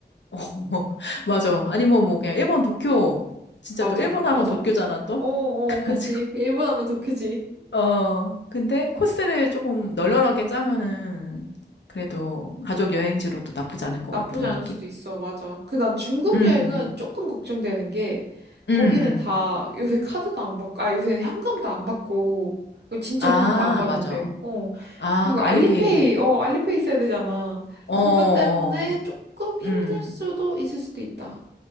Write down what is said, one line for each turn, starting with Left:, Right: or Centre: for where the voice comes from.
Left: <laughs> 어, 뭐, 맞아. 아니면 뭐, 뭐 그냥 일본 도쿄. 진짜
Right: 맞아,
Left: 또 일본 하면
Right: 맞아.
Left: 도쿄잖아, 또?
Right: 어, 어,
Left: <laughs> 그래가지고.
Right: 그치. 일본 하면 더 크지.
Left: 어, 근데 코스를 조금 널널하게 짜면은 그래도 가족 여행지로도 나쁘지 않을 것
Right: 나쁘지
Left: 같은
Right: 않을
Left: 느낌?
Right: 수도 있어. 맞아. 그 난 중국
Left: 음,
Right: 여행은 조금 걱정되는 게 거기는
Left: 음, 음.
Right: 다 요새 카드도 안 받고 아 요새 현금도 안 받고 이거 진짜
Left: 아,
Right: 현금 다 안 받는데.
Left: 맞아.
Right: 어.
Left: 아,
Right: 그리고
Left: 그
Right: 알리페이
Left: 알리페이.
Right: 어 알리페이 있어야 되잖아.
Left: 어,
Right: 그것
Left: 어,
Right: 때문에 조금 힘들
Left: 음.
Right: 수도 있을 수도 있다.